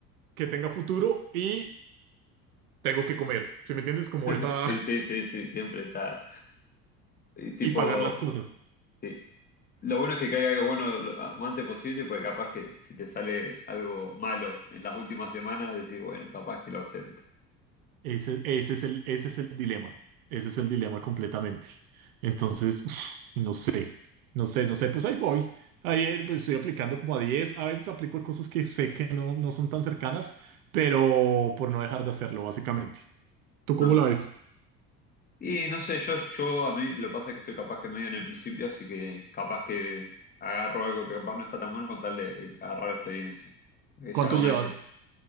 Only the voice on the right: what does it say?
que tenga futuro y tengo que comer. ¿Sí me entiendes? Como
esa,
<laughs>
y pagar las cosas.
Ese, ese es el, ese es el dilema. Ese es el dilema completamente. Entonces, uf, no sé, no sé, no sé, pues ahí voy. Ahí eh, pues, estoy aplicando como a diez A veces aplico a cosas que sé que no, no son tan cercanas, pero por no dejar de hacerlo, básicamente. ¿Tú cómo
la ves?
¿Cuánto
llevas?